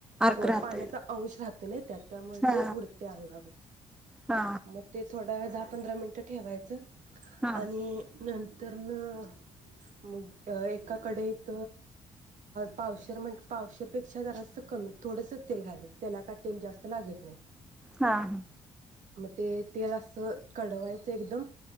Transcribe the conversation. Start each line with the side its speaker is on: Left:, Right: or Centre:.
Centre: अर्क
Right: होय
Centre: राहतय
Right: पाण्याचा अंश राहत नाय त्यात त्यामुळे
Centre: हा
Right: ते उडतय अंगावर
Centre: हा
Right: म ते थोडावेळ दा पंधरा मिनिटं ठेवायचं
Centre: हा
Right: आणि नंतर न मग एका कढईत पावशर म्हण पावशरपेक्षा जरास कमी थोडस तेल घालाय त्याला का तेल जास्त लागत नाही.
Centre: हा हा
Right: म ते तेल असं कडवायचं एकदम